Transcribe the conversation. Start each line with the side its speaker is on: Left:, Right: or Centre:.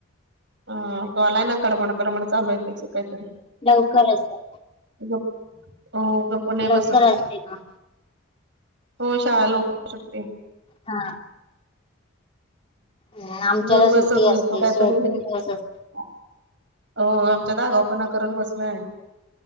Right: हा तो आलाय ना कडमड कडमड चालूय त्याची कायतरी
Left: लवकर असल
Right: गप्पा, हो गप्पा नाही बस
Left: करायचय का?
Right: हो शाळा लवकर सुटती
Left: हा ह् आमच्याला
Right: गप बसत
Left: सुट्टी असते,
Right: नाही तो काहीतरी
Left: <unintelligible> दिवस असतो.
Right: हो आमच्यात आगावपणा करत बसलाय